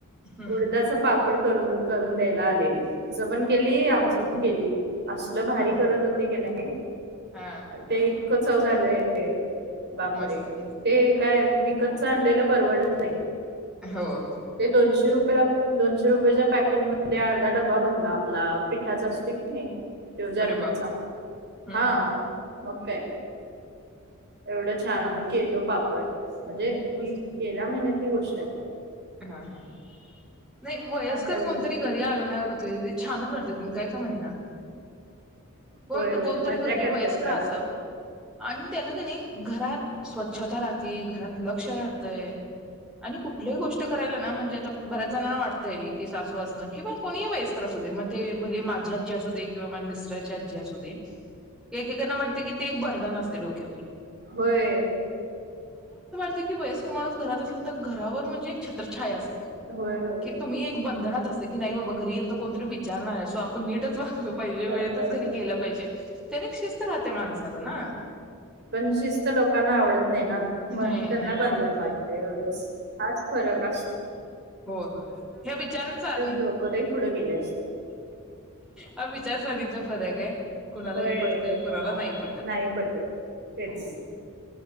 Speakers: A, in the centre; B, on the right (about 50°).
A: हम्म
B: उडदाच पापड करूण करून द्यायला आलेली. तिचं पण केली, आमचं पण केली. असल भारी
A: हा हा
B: करत होती क नाय.
A: हा
B: ते इतकं चव झालंय. ते, बापरे,
A: मस्त मस्त
B: ते काय विकतचं आणलेलं परवडत नाही.
A: हो हो
B: ते दोनशे रुपयात दोनशे रुपयाच्या पॅकेटमधे अर्धा डब्बा भरला. आपला पिठाचा असतो की नाही. तो जर्मनचा.
A: अरे बापरे हम्म
B: हा, मग काय. एवढं छान आम्ही केलो. पापड, म्हणजे ही
A: मस्त
B: गेल्या महिन्यात चांगली गोष्ट आहे.
A: हा हा, ह नाही वयस्कर
B: छान झालेली
A: कोणतरी घरी आलं ना छान, तुम काय का म्हणेना, पण
B: होय होय
A: कोणतरी
B: मज्जा
A: घरी
B: करतात
A: वयस्कर
B: जरा
A: असावं आणि त्यानं क नई - घरात स्वच्छता राहती, घरात लक्ष राहतंय आणि कुठल्याही गोष्ट ते करायलाय ना म्हणजे आता बऱ्याच जणांना वाटतंय की सासू असणं किंवा कोणीही वयस्कर असू दे मग ते भले माझी आजी असू दे किंवा मिस्टराची आजी असू दे, एकेकांना वाटते की ते एक बर्डन असतय डोक्यावर.
B: व्हय,
A: ती वयस्कर माणूस घरात असल्यानंतर तर घरावर म्हणजे छत्रछाया असते.
B: होय होय
A: कि तुम्ही एक बंधनात असतं की, नाही बाबा घरी एक कोणतरी विचारणारं आहे सो आपण नीटच वाग आलं पाहिजे,
B: बरोबर
A: वेळेतच घरी
B: आहे
A: गेलं पाहिजे. त्याने एक शिस्त राहते माणसाला ना.
B: पण शिस्त लोकांना आवडत नाही ना, म्हणून
A: नाही
B: त्यांना
A: नाही आवडत
B: बंधन वाटत
A: नाही
B: एवढंच. हाच फरक फरक असतोय.
A: हो होय होय, या विचारसरणी
B: लोक लय पुढे गेले असते
A: हा विचारसणीचा फरक आहे. कुणाला
B: होय
A: हे पटतंय, कुणाला नाही पटत,
B: नाही पटत तेच
A: हो.